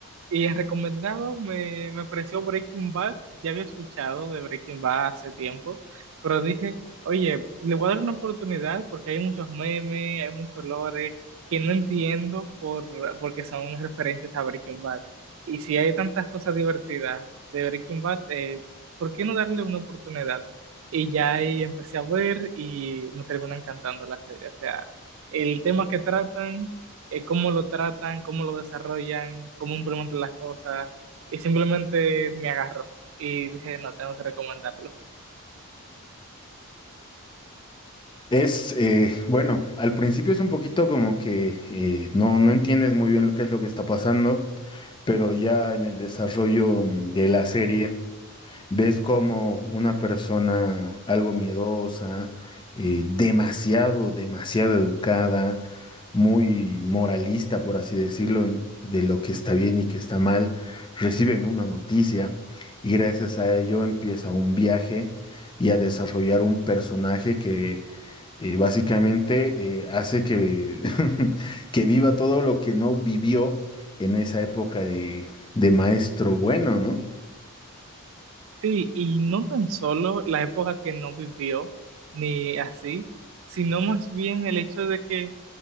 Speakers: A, on the right; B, on the left.
A: y en recomendado me, me apareció Breaking Bad. Ya había escuchado de Breaking Bad hace tiempo, pero dije, oye, le voy a dar una oportunidad porque hay muchos memes, hay muchos lore que no entiendo por, porque son referentes a Breaking Bad. Y si hay tantas cosas divertidas de Breaking Bad, eh, ¿por qué no darle una oportunidad? Y ya ahí empecé a ver y me termina encantando la serie. O sea, el tema que tratan, eh, cómo lo tratan, cómo lo desarrollan, cómo implementan las cosas. Y simplemente me agarró y dije, no, tengo que recomendarlo.
B: Es, eh, bueno, al principio es un poquito como que eh, no, no entiendes muy bien lo que es lo que está pasando, pero ya en el desarrollo de la serie ves como una persona algo miedosa, eh, demasiado, demasiado educada, muy moralista, por así decirlo, de lo que está bien y que está mal, reciben una noticia y gracias a ello empieza un viaje y a desarrollar un personaje que eh, básicamente eh, hace que, <laughs> que viva todo lo que no vivió en esa época de, de maestro bueno, ¿no?
A: Sí, y no tan solo la época que no vivió, ni así, sino más bien el hecho de que